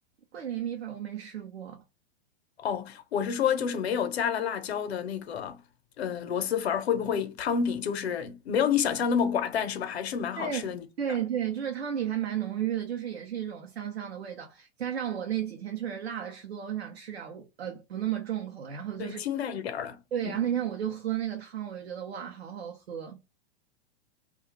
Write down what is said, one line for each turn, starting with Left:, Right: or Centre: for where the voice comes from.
Right: 桂林米粉我没吃过。
Left: 哦，我是说，就是没有加了辣椒的那个呃螺蛳粉儿，会不会汤底就是没有你想象那么寡淡，是吧？还是蛮好吃的，
Right: 对对对，
Left: 你觉得？
Right: 就是汤底还蛮浓郁的，就是也是一种香香的味道。加上我那几天确实辣的吃多了，我想吃点儿呃不那么重口的。然后就是，
Left: 对，清淡一点儿了。
Right: 对，
Left: 嗯，
Right: 然后那天我就喝那个汤，我就觉得哇，好好喝，